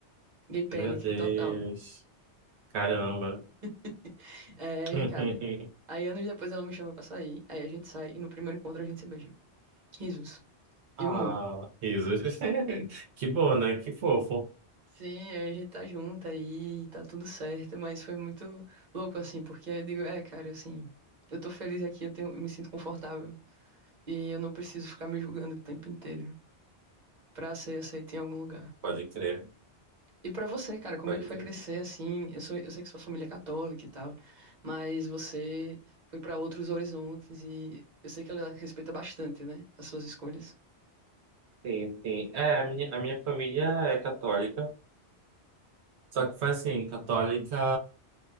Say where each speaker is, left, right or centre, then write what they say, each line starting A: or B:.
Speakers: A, on the right; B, on the right.
A: Gay panic,
B: Meu Deus.
A: total.
B: Caramba.
A: <laughs> É,
B: <laughs>
A: cara. Aí anos depois ela me chama pra sair, aí a gente sai e no primeiro encontro a gente se beija. Risos. E
B: Ah,
A: humor.
B: risos. <laughs> Que bom, né? Que fofo.
A: Sim, aí a gente tá junto aí, tá tudo certo, mas foi muito louco assim, porque aí eu digo, é, cara, assim, eu tô feliz aqui, eu tenho, eu me sinto confortável e eu não preciso ficar me julgando o tempo inteiro pra ser aceito em algum lugar.
B: Pode crer,
A: E pra você, cara, como
B: pode
A: é que foi
B: crer.
A: crescer assim? Eu sou, eu sei que sua família é católica e tal, mas você foi pra outros horizontes e eu sei que ela respeita bastante, né, as suas escolhas.
B: Sim, sim. É, a minha, a minha família é católica, só que foi assim, católica,